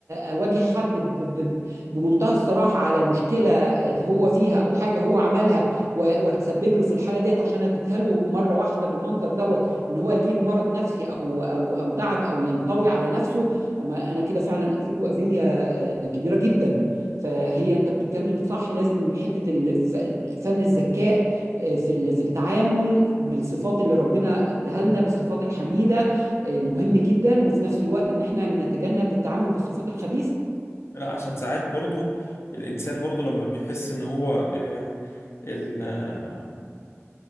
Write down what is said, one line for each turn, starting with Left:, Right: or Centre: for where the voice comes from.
Right: اواجه حد ب- ب- ب- بمنتهى الصراحه على مشكله هو فيها او حاجه هو عملها و- واتسبب له في الحاله ديت عشان اديتها له مره واحده بالمنظر دوت ان هو يجي له مرض نفسي او او او تعب او ينطوي على نفسه اما انا كده فعلا اذيته اذيه آه، كبيره جدا فهي انت بتتكلم صح لازم حته الف- فن الذكاء آه، في ال- في التعامل بالصفات اللي ربنا اداها لنا بالصفات الحميده آه، مهم جدا وفي نفس الوقت ان احنا نتجنب التعامل بالصفات الخبيثه
Left: لا عشان ساعات برضو الإنسان برضو لما بيحس إن هو آه، ال- آه،